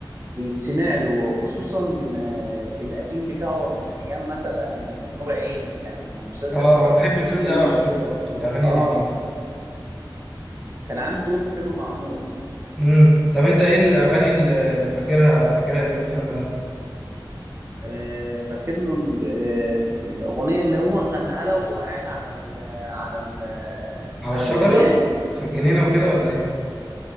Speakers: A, on the right; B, in the centre.
A: بيتسمع له خصوصا آه، القديم بتاعه من أيام مثلا نور عيني كان مسلسل
B: اه
A: ج- كان
B: انا بحب الفيلم
A: فيلم
B: ده قوي
A: جميل
B: على فكره برضه والاغاني
A: اه
B: اللي فيه
A: كان عامل دويتو حلو مع نور
B: امم طب انت ايه الاغاني اللي اللي فاكرها فاكرها دي من الفيلم ده
A: آه، فاكر له ال- آه، الأغنية اللي هو غناها لها وهو قاعد على ال على ال
B: على
A: على
B: الشجرة
A: البيانو
B: في الجنينة وكده ولا ايه؟